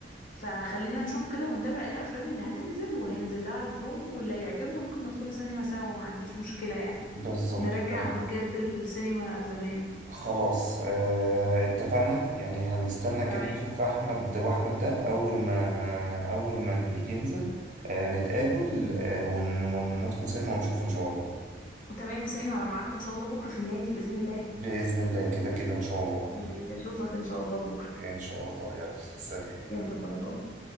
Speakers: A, on the left; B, on the right.
A: فخلينا نشوف كده ونتابع ايه الافلام اللي هتنزل وهينزل لها البرومو واللي يعجبنا ممكن ندخل سينما سوا ما عنديش مشكلة يعني
B: بالظبط
A: نرجع
B: خلاص
A: بجد السينما زمان
B: خلاص آه اتفقنا يعني هنستنى
A: تمام
B: كده نشوف احمد واحمد ده اول ما اول ما ينزل آه نتقابل آه ون وندخل سينما ونشوفه ان شاء الله
A: تمام بس احنا على ميعادنا ان شاء الله بكرة في النادي بإذن الله
B: بإذن الله كده كده ان شاء الله
A: ماشي يا شيخ. اشوفك ان شاء الله بكرة
B: ان شاء الله يلا سلام
A: يلا باي باي